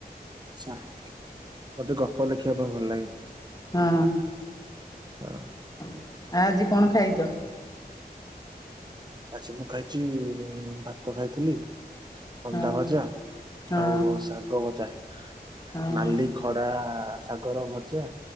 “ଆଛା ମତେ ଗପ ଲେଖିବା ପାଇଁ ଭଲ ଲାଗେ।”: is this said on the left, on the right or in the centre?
Right